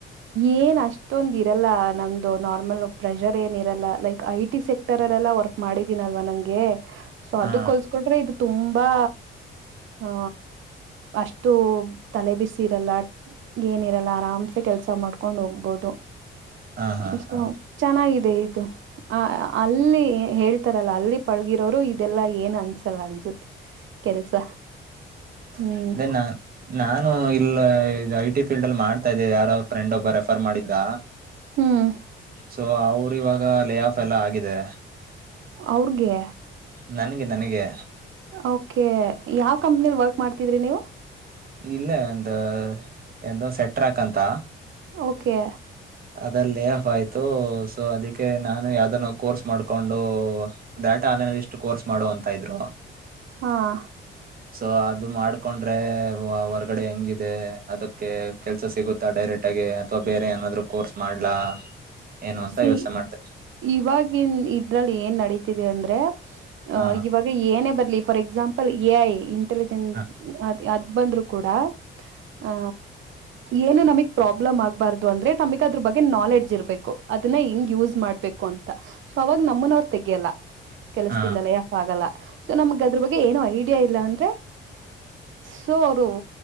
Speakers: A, on the right; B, on the right.
A: ಏನ್ ಅಷ್ಟೊಂದ್ ಇರಲ್ಲ ನಮ್ದು ನಾರ್ಮಲ್ ಪ್ರೆಷರ್ ಏನ್ ಇರಲ್ಲ ಲೈಕ್ ಐ ಟಿ ಸೆಕ್ಟರ್ ಅಲ್ಲ ಎಲ್ಲ ವರ್ಕ್ ಮಾಡಿದೀನಲ್ವಾ ನಂಗೆ ಸೊ ಅದ
B: ಹಾ
A: ಕೋಲ್ಸ್ಕೊಂಡ್ರೆ ಇದು ತುಂಬಾ ಆ ಅಷ್ಟು ತಲೆ ಬಿಸಿ ಇರಲ್ಲ ಏನಿರಲ್ಲ ಆರಾಮ್ ಕೆಲಸ ಮಾಡ್ಕೊಂಡ್ ಹೋಗ್ಬಹುದು
B: ಹಾ ಹಾ
A: ಅ
B: ಹಾ
A: ಚೆನ್ನ ಅದೇ ಇದು ಆ ಅಲ್ಲಿ ಹೇಳ್ತಾರಲ್ಲ ಅಲ್ಲಿ ಪಳ್ಗಿರೋರು ಇದೆಲ್ಲಾ ಏನ್ ಅನ್ಸಲ್ ಅನ್ಸುತ್ತೆ ಕೆಲ್ಸ
B: ಅ
A: ಹ್ಮ್
B: ನಾ ನಾನನ್ ನಾನು ಇಲ್ಲ ಇ ಐಟಿ ಫೀಲ್ಡ್ ಅಲ್ಲಿ ಮಾಡ್ತಾ ಇದ್ದೇವೆ ಯಾರೋ ಫ್ರೆಂಡ್ ಒಬ್ಬ ರೆಫರ್ ಮಾಡಿದ್ದ
A: ಹ್ಮ್
B: ಸೊ ಅವ್ರ ಇವಾಗ ಲೇ ಆಫ್ ಎಲ್ಲ ಆಗಿದೆ
A: ಅವ್ರಗೆ
B: ನನ್ಗೆ ನನ್ಗೆ
A: ಓಕೆ ಯಾವ್ ಕಂಪ್ನಿಲ್ ವರ್ಕ್ ಮಾಡ್ತಿದ್ರಿ ನೀವು
B: ಇಲ್ಲ ಒಂದ ಎಂದ ಸೆಟ್ ಟ್ರ್ಯಾಕ್ ಅಂತ
A: ಓಕೆ
B: ಅದಲ್ಲಿ ಲೇ ಆಫ್ ಆಯ್ತು ಸೊ ಅದಕ್ಕೆ ನಾನು ಯಾವ್ದನ್ನೋ ಕೋರ್ಸ್ ಮಾಡ್ಕೊಂಡು ಡಾಟಾ ಆನಲಿಷ್ಟು ಕೋರ್ಸ್ ಮಾಡು ಅಂತ ಇದ್ರು
A: ಹಾ
B: ಸೊ ಅದು ಮಾಡ್ಕೊಂಡ್ ರ್ರೆ ಹೊರ್ಗಡೆ ಹೆಂಗಿದೆ ಅದುಕ್ಕೆ ಕೆಲ್ಸ ಸಿಗುತ್ತಾ ಡೈರೆಕ್ಟ್ ಆಗಿ ಅಥ್ವಾ ಬೇರೆ ಏನಾದ್ರು ಕೋರ್ಸ್ ಮಾಡ್ಲಾ ಏನು ಅಂತ
A: ಸಿ
B: ಯೋಚನೆ ಮಾಡ್ತಾರೆ
A: ಇವಾಗಿನ್ ಇದ್ರಲ್ಲಿ ಏನ್ ನಡತಿದೆ ಅಂದ್ರೆ
B: ಹ
A: ಅಹ ಇವಾಗ ಏನೇ ಬ ಲಿ for exam A I intelligent
B: ಹ
A: ಅದ್ ಬಂದ್ರು ಕೂಡ ಹ ಏನು ನಮಗ್ ಪ್ರಾಬ್ಲಮ್ ಆಗ್ಬಾರ್ದು ಅಂದ್ರೆ ನಮ್ಗ್ ಅದ್ರ ಬಗ್ಗೆ ನಾಲೆಡ್ಜ್ ಇರ್ಬೇಕು ಅದನ್ನ ಹೆಂಗ್ ಯೂಸ್ ಮಾಡ್ಬೇಕು ಅಂತ ಸೊ ಅವಾಗ ನಮ್ಮನ್ ಅವರು ತೆಗ್ಯಲ್ಲ ಕೆಲ್ಸ್
B: ಹ
A: ದಿಂದ ಲೇಯ್ ಆಫ್ ಆಗಲ್ಲ ಸೊ ನಮ್ಗ ಅದ್ರ ಬಗ್ಗೆ ಏನು ಐಡಿಯಾ ಇಲ್ಲ ಅಂದ್ರೆ ಸೊ ಅವರು